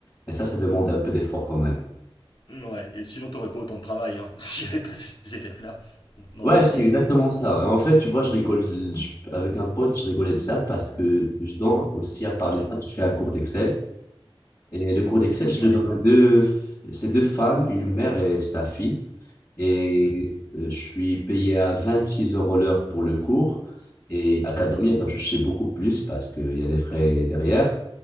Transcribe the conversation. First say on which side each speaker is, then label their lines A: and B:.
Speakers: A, on the left (about 35°); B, on the left (about 55°).
A: Et ça, ça demande un peu d'effort quand même.
B: Ouais, et sinon t'aurais pas autant de travail hein, <laughs> s'il n'y avait pas ces élèves-là, dans
A: Ouais,
B: le principe.
A: c'est exactement ça. En fait, tu vois, je rigole, je- avec un pote, je rigolais de ça parce que je donne aussi, à part
B: Mhm.
A: les maths, je fais un cours d'Excel. Et le cours d'Excel, je
B: Ouais.
A: le donne à deux, c'est deux femmes, une mère et sa fille. Et
B: Mhm,
A: euh, je suis payé à 26 euros l'heure pour le cours. Et Academy,
B: mhm,
A: elle va toucher beaucoup plus parce qu'il y a des frais derrière.